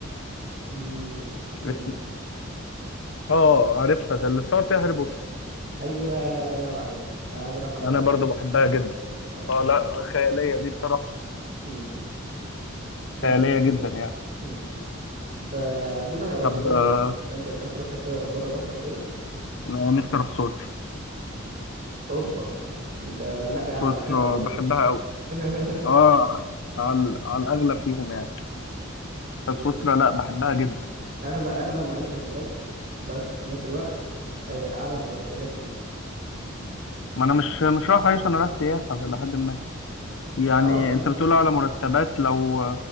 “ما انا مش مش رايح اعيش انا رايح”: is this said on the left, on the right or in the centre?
Left